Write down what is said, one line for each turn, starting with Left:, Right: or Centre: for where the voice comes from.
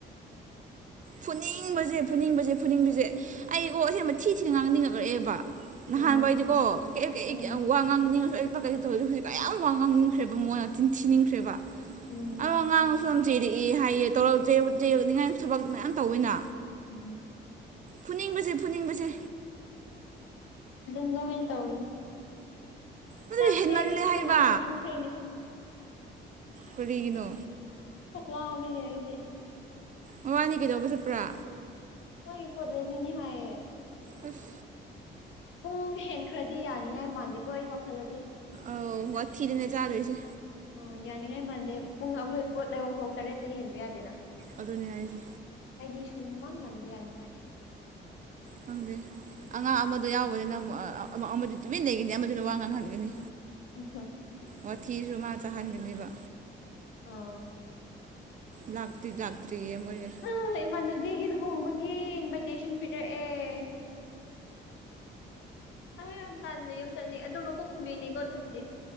Right: ꯐꯨꯅꯤꯡꯕꯁꯦ ꯐꯨꯅꯤꯡꯕꯁꯦ ꯐꯨꯅꯤꯡꯕꯁꯦ ꯑꯩꯒꯣ ꯑꯁꯦꯡꯕ ꯊꯤ ꯊꯤꯅ ꯉꯥꯡꯅꯤꯡꯉꯔꯛꯑꯦꯕ ꯅꯍꯥꯟ
Left: ꯎꯝ
Right: ꯋꯥꯢꯗꯤꯒꯣ ꯀꯩꯀꯩ
Left: ꯎꯝ
Right: ꯋꯥ ꯉꯥꯡꯅꯤꯡꯉꯁꯨ ꯑꯩꯀꯩꯗ ꯇꯧꯔꯤꯗꯦ ꯍꯧꯖꯤꯛ ꯀꯌꯥꯝ ꯉꯥꯡꯅꯤꯡꯈ꯭ꯔꯦꯕ ꯃꯣꯏꯅ ꯆꯤꯟ ꯊꯤꯅꯤꯡꯈ꯭ꯔꯦꯕ
Left: ꯎꯝ
Right: ꯑꯗꯣ ꯑ ꯉꯥꯡꯉꯁꯨ ꯌꯥꯝ ꯆꯤꯔꯛꯏ ꯍꯥꯏꯌꯦꯣꯛꯅꯤꯡꯉꯥꯏ ꯊꯕꯛꯇ ꯃꯌꯥꯝ ꯇꯧꯋꯤꯅ
Left: ꯎꯝ
Right: ꯐꯨꯅꯤꯡꯕꯁꯦ ꯐꯨꯅꯤꯡꯕꯁꯦ
Left: ꯑꯗꯨꯟ ꯂꯣꯅꯦ ꯇꯧꯅꯤ <inaudible>
Right: ꯑꯗꯨ
Left: ꯆꯥꯛꯁꯦ
Right: ꯍꯦꯟꯃꯜꯂꯦ
Left: ꯈꯔ
Right: ꯍꯥꯏꯕ
Left: ꯉꯟꯅ ꯆꯥꯅꯤꯡꯈ꯭ꯔꯦꯅꯦ
Right: ꯀꯔꯤꯒꯤꯅꯣ
Left: ꯆꯥꯛ ꯂꯥꯝꯃꯦꯍꯦ ꯑꯩꯗꯤ
Right: ꯃꯕꯥꯟꯅꯤ ꯀꯩꯗꯧꯕ ꯆꯠꯄ꯭ꯔꯥ
Left: ꯃꯣꯏꯒꯤ ꯄꯣꯠ ꯂꯩꯕꯤꯅꯤ ꯍꯥꯏꯌꯦ
Right: ꯑꯁ
Left: ꯄꯨꯡ ꯍꯦꯟ ꯈ꯭ꯔꯗꯤ ꯌꯥꯅꯤꯡꯉꯥꯏ ꯃꯥꯟꯗꯦꯀꯣ ꯑꯩ ꯋꯥꯈꯜꯗꯗꯤ
Right: ꯑꯧ ꯋꯥꯊꯤꯗꯅꯦ ꯆꯥꯗꯣꯏꯁꯦ
Left: ꯑꯣ ꯌꯥꯅꯤꯡꯉꯥꯏ ꯃꯥꯟꯗꯦ ꯄꯨꯡ ꯑꯩꯈꯣꯏ ꯄꯣꯠ ꯂꯩꯕ ꯐꯥꯎ ꯇꯔꯦꯠꯇꯒꯤ ꯍꯦꯟꯕ ꯌꯥꯗꯦꯅ
Right: ꯑꯗꯨꯅꯦ ꯍꯥꯏꯖꯦ
Left: ꯑꯩꯗꯤ ꯁꯨꯡꯃꯟ ꯃꯥꯟꯗꯦ ꯌꯥꯅꯤꯡꯉꯥꯏ
Right: ꯐꯪꯗꯦ ꯑꯉꯥꯡ ꯑꯃꯗꯨ ꯌꯥꯎꯕꯅꯤꯅ ꯑꯃ ꯑꯃꯗꯤ ꯇꯨꯃꯤꯟ ꯂꯩꯒꯅꯤ ꯑꯃꯗꯨꯅ ꯋꯥ ꯉꯥꯡꯍꯟꯒꯅꯤ
Left: ꯎꯝ ꯍ
Right: ꯋꯥꯊꯤꯖꯨ ꯃꯥ ꯆꯥꯍꯟꯒꯅꯦꯕ
Left: ꯑꯧ
Right: ꯂꯥꯛꯇ꯭ꯔꯤ ꯂꯥꯛꯇ꯭ꯔꯤꯌꯦ ꯃꯣꯏꯖꯦ
Left: ꯍ ꯏꯃꯥꯟꯅꯕꯤꯒꯤ ꯂꯍꯣꯡꯕꯒꯤ ꯢꯟꯕꯥꯢ ꯇꯦꯁꯟ ꯄꯤꯔꯛ ꯑꯦ ꯑ ꯌꯥꯝ ꯇꯜꯂꯦ ꯌꯨꯝ ꯆꯠꯅꯤ ꯑꯗꯨ ꯃꯀꯣꯛ ꯈꯨꯝꯕꯤꯅꯤꯀꯣ ꯑꯗꯨꯕꯨꯗꯤ